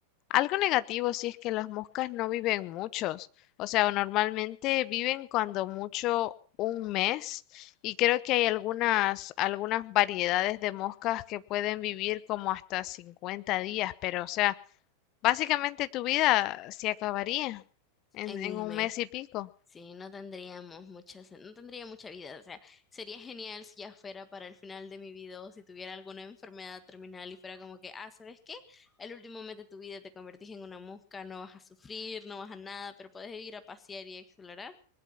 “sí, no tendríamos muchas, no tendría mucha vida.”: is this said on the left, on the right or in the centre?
Left